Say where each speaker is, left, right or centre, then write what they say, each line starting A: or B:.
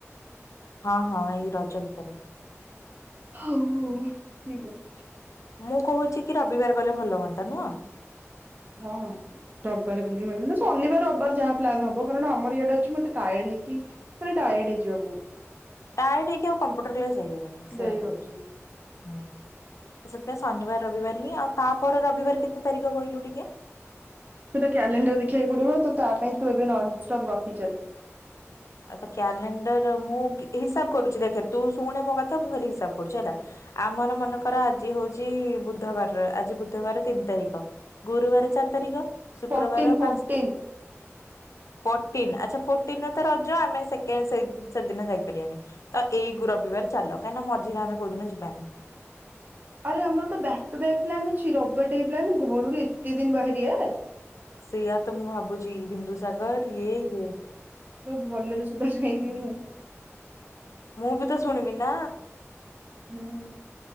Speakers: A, on the left (about 80°); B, on the right (about 35°).
A: ହଁ ହଁ। ଏଇ ରଜ ଭିତରେ।
B: ହଉ ହଉ, ଠିକ୍ ଅଛି।
A: ମୁଁ କହୁଛି କି ରବିବାର ଗଲେ ଭଲ ହୁଅନ୍ତା ନୁହଁ?
B: ହଁଁ ହଁ। ରବିବାର କରିବି ମରିବି, ଶନିବାର ରବିବାର ଯାହା ପ୍ଲାନ୍ ହବ କାରଣ ଆମର ଇଆଡେ ଅଛି ମୁ ଏତେ ଟାୟାର୍ଡ ହେଇକି ମାନେ ଟାୟାର୍ଡ ହେଇଯିବା ବୋହୁତ୍।
A: ଟାୟାର୍ଡ ହେଇକି ଆଉ କମ୍ପ୍ୟୁଟର କ୍ଲାସ ଯାଇହବନି, ସେଇୟା
B: ଯାଇ ହବନି
A: କହୁଛି। ହୁଁ। ତ ସେଥିପାଇଁ ଶନିବାର ରବିବାର ହିଁ ଆଉ ତାପରେ ରବିବାର କେତେ ତାରିଖ କହିଲୁ ଟିକେ?
B: ସେଟା କ୍ୟାଲେଣ୍ଡର ଦେଖିବାକୁ ପଡିବ। ତ ତା ପାଇଁ ତୁ ଏବେ ନନ୍ ଷ୍ଟପ୍ ଗପି ଚାଲ।
A: ଆଉ ତ କ୍ୟାଲେଣ୍ଡର ମୁଁ ହିସାବ କରୁଛି ଦେଖ ତୁ ଶୁଣେ ମୋ କଥା ମୁଁ ଖାଲି ହିସାବ କରୁଛି ହେଲା ଆମର ମନେକର ଆଜି ହଉଛି ବୁଧବାର। ଆଜି ବୁଧବାର ତିନି ତାରିଖ। ଗୁରୁବାର ଚାରି ତାରିଖ। ଶୁକ୍ରବାର
B: ଫର୍ଟିନ୍ ଫର୍ଟିନ୍
A: ପାଞ୍ଚ ଫର୍ଟିନ, ଆଚ୍ଛା ଫର୍ଟିନରେ ତ ରଜ ଆମେ ସେକେଣ୍ଡ, ସେ-ସେଦିନ ଯାଇପାରିବାନି। ତ ଏଇ ଗୁ- ରବିବାର ଚାଲ। କାଇଁନା ମଝିରେ ଆମେ କୋଉଦିନ ଯିବାନି।
B: ଆରେ ଆମର ତ ବ୍ୟାକ୍ ଟୁ ବ୍ୟାକ୍ ପ୍ଳାନ ଅଛି ରବିବାର ଟା ବି ପ୍ଲାନ ଘରୁରୁ ଏତେ ଦିନ ବାହାରିଆ?
A: ସେଇଆ ତ ମୁଁ ଭାବୁଛି, ବିନ୍ଦୁସାଗର ଇଏ ଇଏ
B: ବୋହୁତ୍ ଭଲରେ ସୋଦା ଶୁଣିବି ମୁଁ।
A: ମୁଁ ବି ତ ଶୁଣିବି ନା।
B: ହୁଁ।